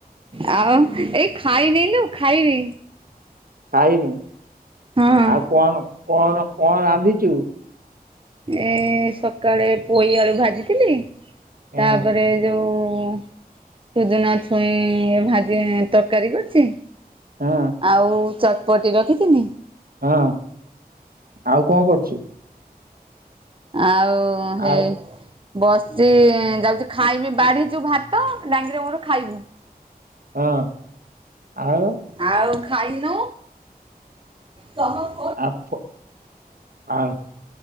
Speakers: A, on the right; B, on the right.
A: ଆଉ ଏଇ ଖାଇନଲୁ ଖାଇବି।
B: ଖାଇନୁ
A: ହଁ।
B: ଆଉ କଣ କଣ କଣ ରାନ୍ଧିଚୁ?
A: ଏ ସକାଳେ ପୋଇ ଆଳୁ ଭାଜିଥିଲି।
B: ହଁ
A: ତାପରେ ଯୋଉ ସୂଜୁନା। ଛୁଇଁ ଭାଜି ତରକାରୀ କରିଛି
B: ହଁ
A: ଆଉ। ଚଟପଟି ରଖିଥିନି।
B: ହଁ ଆଉ କଣ କରଚୁ?
A: ଆଉ ହେ।
B: ଆଉ
A: ବସଚି ଯାଉଚି ଖାଇବି ବାଢିଚୁ ଭାତ ଡାଙ୍ଗିର ମୋର ଖାଇବୁ।
B: ହଁ। ଆଉ
A: ଆଉ ଖାଇନୁ ତମ।
B: ଆପ ଆ